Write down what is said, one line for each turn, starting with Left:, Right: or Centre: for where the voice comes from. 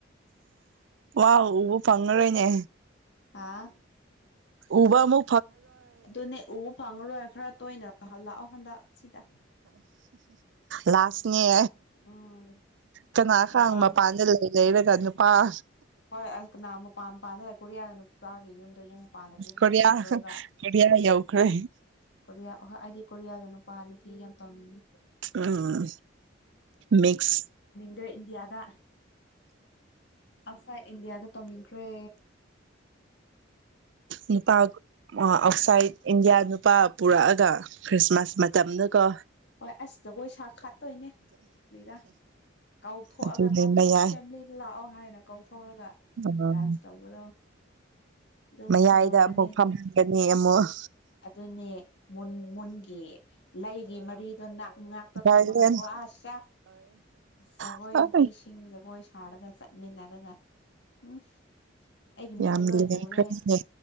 Right: ꯋꯥ ꯎꯕ ꯐꯪꯉꯔꯣꯏꯅꯦ
Left: ꯍꯥꯥ
Right: ꯎꯕ ꯑꯃꯨ
Left: ꯑꯗꯨꯅ ꯎ ꯐꯥꯪꯣ ꯊ꯭ꯔꯠ ꯇꯣꯏꯅ ꯂꯥꯛꯑꯣ ꯍꯟꯗꯛ ꯁꯤꯗ
Right: ꯂꯥꯁꯅꯦ
Left: ꯎꯝ
Right: ꯀꯅꯥꯒꯥꯡ
Left: ꯃꯄꯥꯟ
Right: ꯃꯄꯥꯟꯗ ꯂꯩ ꯂꯩꯩꯅ ꯀꯖ ꯄꯄꯥ
Left: ꯍꯣꯏ ꯑꯗꯨ ꯅ ꯄꯝ ꯄꯥꯟꯗ ꯈꯨꯔꯤꯌꯥꯒ ꯅꯨ ꯌꯨꯝꯗꯣ ꯌꯨꯝ ꯄꯥꯟꯗꯗꯤ ꯅꯣ
Right: ꯀꯣꯔꯤꯌꯥ
Left: ꯎꯔꯔꯣꯏꯕ
Right: ꯀꯣꯔꯤꯌꯥ ꯌꯧꯈ꯭ꯔꯦ
Left: ꯀꯣꯔꯤꯌꯥꯣꯏ ꯑꯩꯗꯤ ꯀꯣꯔꯤꯌꯥꯗꯅ ꯄꯅ ꯄꯤ ꯌꯥꯝ ꯇꯧꯅꯤꯡꯉꯤ
Right: ꯎꯝ ꯃꯛꯁ
Left: ꯑꯗꯨꯗ꯭ꯔ ꯏꯟꯗꯤꯌꯥꯗ ꯑꯁꯥꯏ ꯏꯟꯗꯤꯌꯥꯗ ꯇꯧꯅꯤꯡꯈ꯭ꯔꯦ
Right: ꯅꯨꯄꯥ ꯑꯥꯎꯠꯁꯥꯏꯠ ꯏꯟꯗꯤꯌꯥ ꯅꯨꯄꯥ ꯄꯨꯔꯛꯑꯒ ꯈ꯭ꯔꯤꯁꯃꯥꯁ ꯃꯇꯝꯗꯒ
Left: ꯍꯣꯏ ꯑꯁꯤꯁꯗꯒꯣꯏ ꯁꯥ ꯈꯠꯇꯣꯏꯅꯦ ꯀꯔꯤꯔꯥ ꯀꯥꯎꯊꯣꯛꯑꯒ
Right: ꯑꯗꯨꯅꯦ
Left: ꯀꯣꯏ
Right: ꯃꯌꯥꯏ
Left: ꯐꯦꯃꯤꯂꯤꯗ ꯂꯥꯛꯑꯣ ꯍꯥꯏ ꯀ ꯊꯔꯒ
Right: ꯎꯝ
Left: ꯗꯥꯟꯁ ꯇꯧꯕꯗꯣ ꯑꯗꯨꯒꯕꯗ
Right: ꯃꯌꯥꯏꯗ
Left: ꯍꯧꯔꯅꯦ
Right: ꯑꯃꯨꯛ ꯐꯝꯍꯟꯒꯅꯤ ꯑꯃꯨꯛ
Left: ꯑꯗꯨꯅꯦ ꯃꯟ ꯃꯨꯟꯒꯤ ꯂꯩꯒꯤ ꯔꯤꯗꯣ ꯅꯥꯛ ꯉꯥꯛꯇꯣ
Right: ꯚꯥꯏꯂꯦꯟ
Left: ꯊꯝꯃꯒꯀꯣ ꯑꯁ ꯁꯥ ꯖꯒꯣꯏ
Right: ꯑꯣꯏ
Left: ꯅꯨꯄꯤꯁꯤꯡ ꯖꯒꯣꯏ ꯊꯥꯔꯒ ꯆꯠꯃꯤꯟꯅꯔꯒ ꯎꯝ ꯑꯩꯒꯤ ꯃꯤꯠꯇ
Right: ꯌꯥꯝ
Left: ꯂꯣꯏ
Right: ꯂꯦꯝꯈ꯭ꯔꯝꯅꯤꯅꯦ
Left: ꯎꯔꯦ